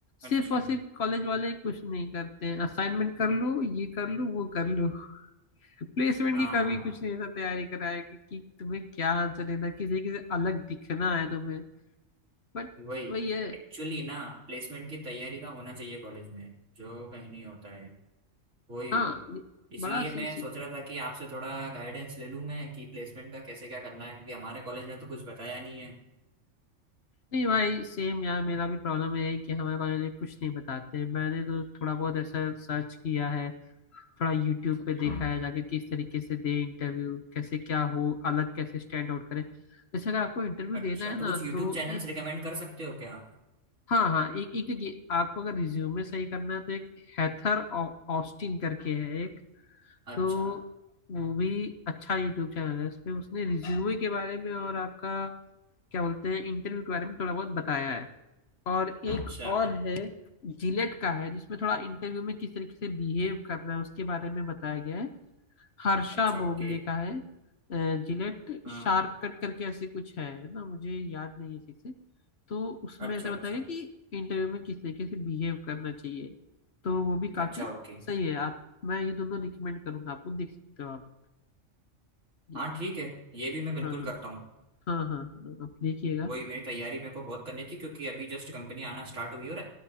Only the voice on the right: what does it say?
अच्छा
हाँ
वही
एक्चुअली ना प्लेसमेंट की तैयारी का होना चाहिए कॉलेज में जो कहीं नहीं होता है वही
इसलिए
मैं
सोच रहा था कि आपसे थोड़ा गाइडेंस ले लूँ मैं कि प्लेसमेंट का कैसे क्या करना है क्योंकि हमारे कॉलेज ने तो कुछ बताया नहीं है
अच्छा
तो
कुछ यूट्यूब
चैनल्स
रिकमेंड कर सकते हो क्या
अच्छा
अच्छा
अच्छा
ओके
हाँ
अच्छा
अच्छा
अच्छा ओके
हाँ ठीक है ये भी मैं बिल्कुल
करता हूँ
वही मेरी तैयारी मेरे को बहुत करनी थी क्योंकि अभी जस्ट कंपनी आना स्टार्ट हुई है और